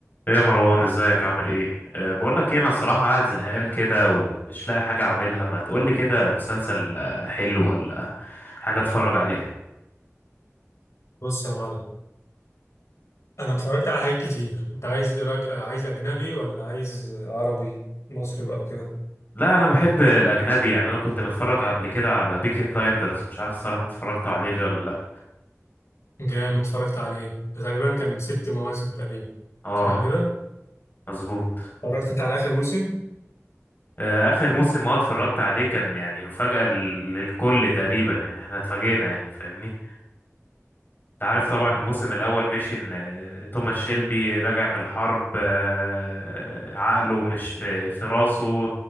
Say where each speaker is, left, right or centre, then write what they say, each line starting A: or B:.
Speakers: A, on the left; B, on the left.
A: ايه يا مروان ازيك عامل ايه أه بقول لك ايه انا الصراحه قاعد زهقان كده ومش لاقي حاجه اعملها ما تقول لي كده مسلسل آه، حلو ولا حاجه اتفرج عليها
B: بص يا معلم انا اتفرجت على حاجات كتير انت عايز ايه رايك آه، عايز اجنبي ولا عايز عربي مصري بقى وكده
A: لا انا بحب الاجنبي يعني انا كنت متفرج قبل كده على بيكي بلايندرز مش عارف الصراحه انت اتفرجت عليه ليه ولا لا
B: جامد اتفرجت عليه ده تقريبا كان ست مواسم تقريبا
A: اه
B: صح كده
A: مظبوط
B: اتفرجت انت على اخر موسم
A: آه، اخر موسم ما اتفرجت عليه كان يعني مفاجاه لل- للكل تقريبا يعني احنا اتفاجئنا يعني فاهمني انت عارف طبعا الموسم
B: امم
A: الاول مشي ان آه، توماس شيلبي راجع من الحرب آه، عقله مش في في راسه